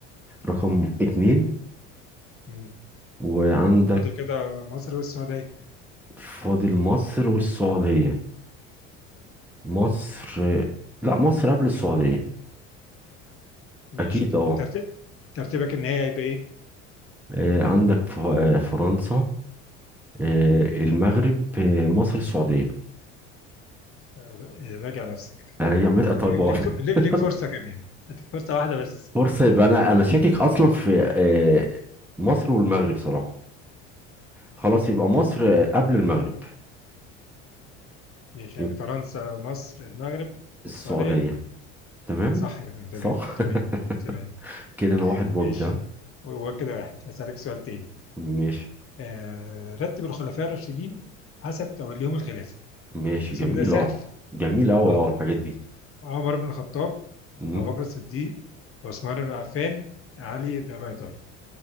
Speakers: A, in the centre; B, on the left (about 35°).
A: رقم اتنين
B: مم.
A: وعندك
B: فاضل كده مصر والسعوديه
A: فاضل مصر والسعودية مصر آه، لا مصر قبل السعودية
B: ماشي
A: أكيد
B: يعني
A: اه
B: ترتيب ترتيبك النهائي هيبقى ايه
A: آه، عندك ف- آه، فرنسا آه، المغرب آه، مصر السعودية
B: آه، راجع نفسك
A: أراجع مثلا طيب
B: ليك
A: اه
B: ف- ليك
A: <laughs>
B: ليك فرصة كمان هديك فرصة واحدة بس
A: فرصة يبقى أنا أنا شاكك أصلا في آه، مصر والمغرب صراحة خلاص يبقى مصر آه، قبل المغرب
B: ماشي
A: يبقى
B: يعني فرنسا مصر المغرب
A: السعودية
B: السعودية
A: تمام
B: صح كده تمام
A: صح
B: تمام تمام
A: <laughs> كده انا واحد بونت
B: ماشي
A: ها
B: هو كده واحد هسألك سؤال تاني
A: ماشي
B: آه رتب الخلفاء الراشدين حسب توليهم الخلافة
A: ماشي
B: أظن
A: جميل
B: ده سهل
A: اه جميل اوي
B: اه
A: اه الحاجات دي
B: عمر بن الخطاب
A: مم.
B: أبو بكر الصديق عثمان بن عفان علي بن أبي طالب